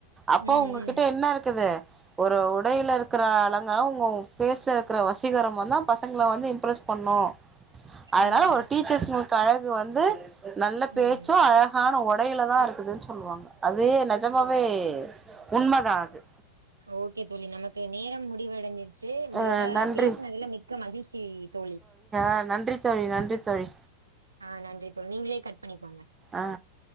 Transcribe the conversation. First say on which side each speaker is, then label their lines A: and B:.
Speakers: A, on the right (about 15°); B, on the right (about 80°).
A: அப்போ
B: ம்
A: உங்ககிட்ட
B: ம்
A: என்ன இருக்குது. ஒரு உடையில இருக்குற அலங்காரோ உங்க ஊ ஃபேஸ்ல இருக்கிற வசீகரமும் தான் பசங்கள வந்து இம்ப்ரெஸ் பண்ணூ அதனால
B: ம்
A: ஒரு டீச்சர்ஸ் ங்ளுக் கழகு வந்து நல்ல பேச்சூ
B: ம்
A: அழகான ஒட் டையில தா இருக்குதுன்னு சொல்லுவாங்க அதே நெஜமாவே உண்மதான் அது
B: ஓகே தோழி நமக்கு நேரம் முடிவடைஞ்சிருச்சு உங்களோட
A: அ நன்றி
B: பேசுனதுல மிக்க மகிழ்ச்சி ஈ தோழி
A: அ நன்றி தோழி நன்றி தோழி
B: ஆ நன்றி தோழி நீங்களே கட் பண்ணிக்கோங்க.
A: ஆ